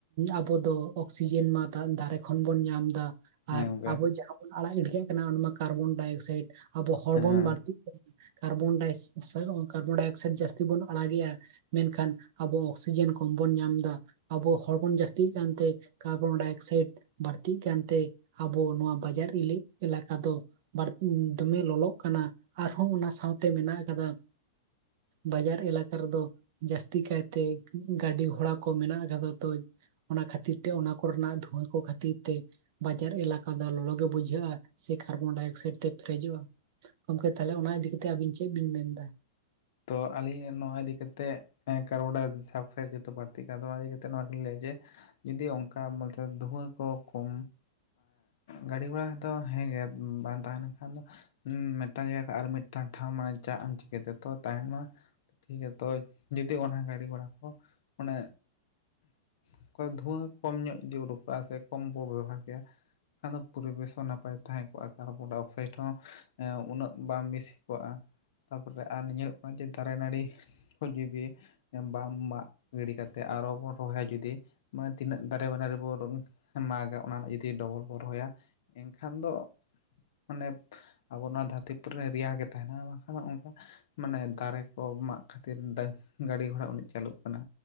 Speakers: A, on the right; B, on the left.
A: ᱟᱵᱚ ᱫᱚ ᱚᱠᱥᱤᱡᱮᱱ ᱢᱟ ᱫᱟᱨᱮ ᱠᱷᱚᱱ ᱵᱚᱱ ᱧᱟᱢ ᱮᱫᱟ
B: ᱦᱮᱸ
A: ᱟᱨ
B: ᱜᱚᱝᱠᱮ
A: ᱟᱵᱚ ᱡᱟᱦᱟᱸ ᱵᱚᱱ ᱟᱲᱟᱜ ᱜᱤᱰᱤᱠᱟᱜ ᱠᱟᱱᱟ ᱚᱱᱟ ᱢᱟ ᱠᱟᱨᱵᱚᱱᱰᱟᱭ ᱚᱠᱥᱟᱭᱤᱰ ᱟᱵᱚ ᱦᱚᱲᱢᱚᱱ
B: ᱦᱮᱸ
A: ᱵᱟᱹᱲᱛᱤ ᱠᱟᱨᱵᱚᱱ ᱠᱟᱨᱵᱚᱱᱰᱟᱭ ᱚᱠᱥᱟᱭᱤᱰ ᱡᱟᱹᱥᱛᱤ ᱵᱚᱱ ᱟᱲᱟᱜᱮᱜ-ᱟ᱾ ᱢᱮᱱᱠᱷᱟᱱ ᱟᱵᱚ ᱚᱠᱥᱤᱡᱮᱱ ᱠᱚᱢ ᱵᱚᱱ ᱧᱟᱢ ᱮᱫᱟ ᱟᱵᱚ ᱦᱚᱲᱵᱚᱱ ᱡᱟᱹᱥᱛᱤ ᱠᱟᱱᱛᱮ ᱠᱟᱨᱵᱚᱱ ᱰᱟᱭ ᱚᱠᱥᱟᱭᱤᱰ ᱵᱟᱹᱲᱛᱤᱜ ᱠᱟᱱᱛᱮ ᱟᱵᱚ ᱱᱚᱣᱟ ᱵᱟᱡᱟᱨ ᱮᱞᱟᱠᱟ ᱫᱚ ᱵᱟᱹᱲᱛᱤ ᱫᱚᱢᱮ ᱞᱚᱞᱚᱜ ᱠᱟᱱᱟ ᱟᱨᱦᱚᱸ ᱚᱱᱟ ᱥᱟᱶᱛᱮ ᱢᱮᱱᱟᱜ ᱟᱠᱟᱫᱟ ᱵᱟᱡᱟᱨ ᱮᱞᱟᱠᱟ ᱨᱮᱫᱚ ᱡᱟᱹᱥᱛᱤ ᱠᱟᱭᱛᱮ ᱜᱟᱹᱰᱤ ᱜᱷᱚᱲᱟ ᱠᱚ ᱢᱮᱱᱟᱜ ᱟᱠᱟᱫᱟ ᱛᱚᱼᱼ ᱚᱱᱟ ᱠᱷᱟᱹᱛᱤᱨ ᱛᱮ ᱚᱱᱟ ᱠᱚᱨᱮᱱᱟᱜ ᱫᱷᱩᱣᱟᱹ ᱠᱚ ᱠᱷᱟᱹᱛᱤᱨ ᱛᱮ ᱵᱟᱡᱟᱨ ᱮᱞᱟᱠᱟ ᱫᱚ ᱞᱚᱞᱚ ᱜᱮ ᱵᱩᱡᱷᱟᱹᱜ-ᱟ ᱥᱮ ᱠᱟᱨᱵᱚᱱᱰᱟᱭ ᱚᱠᱥᱟᱭᱤᱰ ᱛᱮ ᱯᱮᱨᱮᱡᱚᱜ-ᱟ, ᱜᱚᱢᱠᱮ ᱛᱟᱦᱚᱞᱮ ᱚᱱᱟ ᱤᱫᱤ ᱠᱟᱛᱮ ᱟᱹᱵᱤᱱ ᱪᱮᱫ ᱵᱤᱱ ᱢᱮᱱ ᱮᱫᱟ?
B: ᱛᱚ ᱟᱹᱞᱤᱧ ᱱᱚᱣᱟ ᱤᱫᱤ ᱠᱟᱛᱮ ᱦᱮᱸ ᱠᱟᱨᱵᱚᱱᱰᱟᱭ ᱥᱟᱞᱯᱷᱟ ᱡᱚᱛᱚ ᱵᱟᱲᱛᱤ ᱠᱟᱱ ᱛᱮ ᱱᱚᱣᱟᱧ ᱞᱟᱹᱭ ᱡᱮ ᱡᱩᱫᱤ ᱚᱱᱠᱟ ᱢᱚᱛᱞᱚᱵ ᱫᱷᱩᱣᱟᱹ ᱠᱚ ᱠᱚᱢ ᱜᱟᱹᱰᱤ ᱜᱷᱚᱲᱟ ᱦᱚᱸᱛᱚ ᱦᱮᱸᱜᱮ ᱵᱟᱝ ᱛᱟᱦᱮᱸ ᱞᱮᱱᱠᱷᱟᱱ ᱫᱚ ᱦᱩᱸ ᱢᱤᱫᱴᱟᱝ ᱤᱭᱟᱹ ᱠᱷᱚᱱᱚᱜ ᱟᱨ ᱢᱤᱫᱴᱟᱝ ᱴᱷᱟᱶ ᱢᱟᱱᱮ ᱪᱟᱜ ᱟᱢ ᱪᱤᱠᱟᱹᱛᱮ ᱛᱚ ᱛᱟᱦᱮᱱ ᱢᱟ ᱴᱷᱤᱠ ᱜᱮᱭᱟ ᱛᱚ ᱡᱩᱫᱤ ᱚᱱᱟ ᱜᱟᱹᱰᱤᱤ ᱜᱷᱚᱲᱟ ᱠᱚ ᱚᱱᱮ ᱚᱠᱚᱭ ᱫᱷᱩᱣᱟᱹ ᱠᱚᱢ ᱧᱚᱜ ᱚᱸᱰᱚᱠ ᱠᱚᱜ-ᱟ, ᱥᱮ ᱠᱚᱢ ᱵᱚᱱ ᱵᱮᱵᱚᱦᱟᱨ ᱠᱮᱭᱟ ᱟᱫᱚ ᱯᱚᱨᱤᱵᱮᱥ ᱦᱚᱸ ᱱᱟᱯᱟᱭ ᱛᱟᱦᱮᱸ ᱠᱚᱜ-ᱟ, ᱠᱟᱨᱵᱚᱱᱚᱠᱥᱟᱭᱤᱰ ᱦᱚᱸ ᱦᱮᱸ ᱩᱱᱟᱹᱜ ᱵᱟᱝ ᱵᱤᱥᱤ ᱠᱚᱜ-ᱟ᱾ ᱛᱟᱨᱯᱚᱨᱮ ᱟᱨ ᱧᱮᱞᱚᱜ ᱠᱟᱱᱟ ᱡᱮ ᱫᱟᱨᱮ ᱱᱟᱹᱲᱤ ᱡᱤᱵᱤ ᱵᱟᱝ ᱢᱟᱜ ᱜᱤᱰᱤ ᱠᱟᱛᱮ ᱟᱨᱦᱚᱸ ᱵᱚᱱ ᱨᱚᱦᱚᱭᱟ ᱡᱩᱚᱫᱤ ᱢᱟᱱᱮ ᱛᱤᱱᱟᱹᱜ ᱫᱟᱨᱮ ᱵᱟᱱᱟ ᱨᱮᱵᱚ ᱢᱟᱜᱼᱟ ᱚᱱᱟ ᱨᱮᱱᱟᱜ ᱡᱩᱫᱤ ᱰᱚᱵᱚᱞ ᱵᱚ ᱨᱚᱦᱚᱭᱟ ᱮᱱᱠᱷᱟᱱ ᱫᱚ ᱢᱟᱱᱮ ᱟᱵᱚ ᱱᱚᱣᱟ ᱫᱷᱟᱹᱨᱛᱤ ᱯᱩᱨᱤ ᱨᱮ, ᱨᱮᱭᱟᱲ ᱜᱮ ᱛᱟᱦᱮᱱᱟ ᱵᱟᱝᱠᱷᱟᱱ ᱫᱚ ᱚᱱᱠᱟ ᱢᱟᱱᱮ ᱫᱟᱨᱮ ᱠᱚ ᱢᱟᱜ ᱠᱷᱟᱹᱛᱤᱨ ᱜᱟᱹᱰᱤ ᱜᱷᱚᱲᱟ ᱩᱱᱟᱹᱜ ᱪᱟᱹᱞᱩᱜ ᱠᱟᱱᱟ